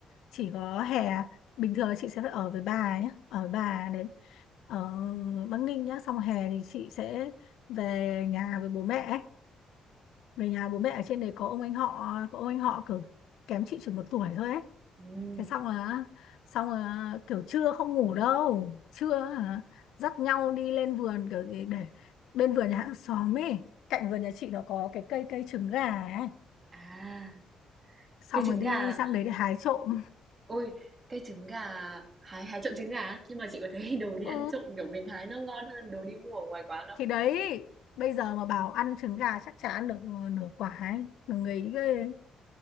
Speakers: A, on the left; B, on the right.
A: chỉ có hè bình thường là chị sẽ phải ở với bà nhé ở với bà đấy ở Bắc Ninh nhá xong hè thì chị sẽ về nhà với bố mẹ ấy. về nhà bố mẹ ở trên đấy có ông anh họ có ông anh họ kiểu kém chị chừng một tuổi thôi ấy
B: Ừm,
A: thế xong là xong là kiểu trưa không ngủ đâu trưa hả, dắt nhau đi lên vườn kiểu để, để bên vườn nhà hàng xóm ấy cạnh vườn nhà chị nó có cái cây cây trứng gà ấy
B: à,
A: xong
B: cái trứng
A: rồi đi
B: gà
A: đi sang đấy để hái trộm
B: ôi, cái trứng gà hái hái trộm trứng gà á? Nhưng mà chị có thấy <laughs> đồ đi
A: ừ
B: ăn trộm, kiểu, mình hái nó ngon hơn đồ đi mua ở ngoài quán không?
A: thì đấy bây giờ mà bảo ăn trứng gà chắc chả ăn được nửa quả ấy mà người ghê